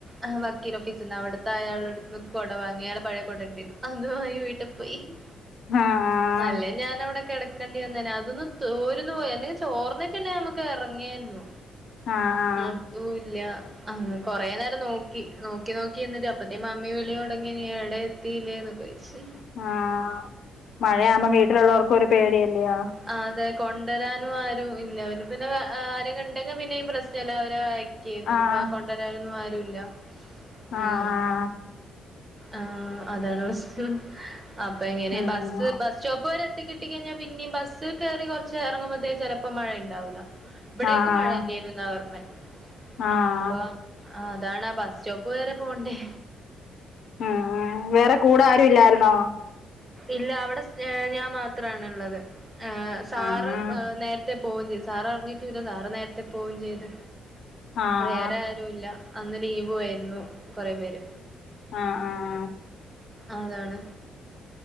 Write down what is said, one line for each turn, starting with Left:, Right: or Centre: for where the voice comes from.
Right: ആ വക്കീൽ ഓഫീസ്ണ്ട് അവിടുത്തെ അയാളുടെ അടുന്ന് കുട വാങ്ങി അയാളെ പഴയ കുട ഉണ്ടരുന്നു അതുമായി വീട്ടിൽ പോയി ഉ
Left: ആഹ് ആഹ്
Right: അല്ലേ ഞാൻ അവിടെ കടക്കണ്ടി വന്നേനെ അതൊന്ന് ചോരുന്ന് പോയ എന്തെങ്ക ചോറിനന്നെ നമുക്ക് ഇറങ്ങിയിരുന്നു
Left: ആഹ് ആഹ്
Right: അതുല്ല അഹ കൊറെ നേരം നോക്കി നോക്കി നോക്കി എന്നിട്ട് അപ്പത്തെ മാമ്മി വിളി തുടങ്ങി നീവിടെ ത്തില്ലേന്നൊക്കെ ചോയ്ച്ച്
Left: ആഹ് മഴയാവുമ്പോം വീട്ടിലുള്ളവർക്കും ഒരു പേടിയല്ലയോ
Right: ആഹ് അതെ കൊണ്ടുവരാനും ആരും ഇല്ല അവന് പിന്നെ ആര കണ്ടെങ്കിൽ പിന്നെയും പ്രശ്നംല്ല അവരെ അതിപ്പോ
Left: ആഹ്
Right: ആ കൊണ്ടുവരാനൊന്നും ആരുല്ല
Left: ആഹ്
Right: ഉം ആഹ് അതാണ് പ്രശ്നം അപ്പൊ എങ്ങനെ
Left: ആഹ്
Right: ബസ് ബ ബസ് സ്റ്റോപ്പ് വരെത്തി കിട്ടിക്കഴിഞ്ഞാ പിന്നെയ ബസ്ൽ കയറി കുറച്ച് ഇറങ്ങുമ്പോഴത്തേക്ക് ചിലപ്പോം മഴയ ഉണ്ടാവൂല്ല ഇവിടേക്ക്
Left: ആഹ്
Right: മഴ ഇല്ലേനുന്നാ പറഞ്ഞ
Left: ആഹ്
Right: ആ അപ്പൊ ആഹ് അതാണ് ആ ബസ് സ്റ്റോപ്പ് വരെ പോവണ്ടേ
Left: ഉം വേറെ കൂടെ ആരും ഇല്ലായിരുന്നോ
Right: ഇല്ല അവിടെ ഞാൻ മാത്രമാണുള്ളത് സാറ്
Left: ആഹ്
Right: നേരത്തെ പോയും ചെയ്ത് സാറ അറിഞ്ഞിട്ടല്ല സാറ് നേരത്തെ പോവയും ചെയ്ത്
Left: ആഹ്
Right: വേറെ ല്ല അന്ന് ലീവു ആയിരുന്നു കുറേ പേര്
Left: ആഹ് ആഹ്
Right: അതാണ്